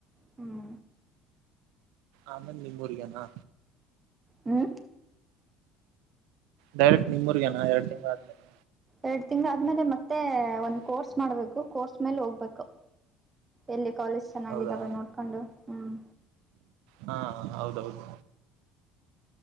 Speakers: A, on the right; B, on the right.
A: ಹ್ಮ್
B: ಆಮೇಲ್ ನಿಮ್ಮೂರಿಗೇನಾ.
A: ಹ್ಮ್
B: ಡೈರೆಕ್ಟ್ ನಿಮ್ಮೂರ್ಗೇನಾ ಎರಡ್ ತಿಂಗ್ಳ ಆದಮೇಲೆ.
A: ಎರಡ್ ತಿಂಗಳ ಆದ್ಮೇಲೆ ಮತ್ತೆ
B: ಮಾಡ್ಬೇಕು
A: ಒಂದ್ ಕೋರ್ಸ್ ಮಾಡ್ಬೇಕು ಕೋರ್ಸ್ ಮೇಲೆ ಹೋಗ್ ಬೇಕು ಎಲ್ಲಿ ಕಾಲೇಜ್ ಚೆನ್ನಾಗಿದ್ದಾವೆ
B: ಹೌದಾ
A: ನೋಡ್ಕೊಂಡು ಹ್ಮ್.
B: ಹಾ ಹ್ ಹೌದೌದು.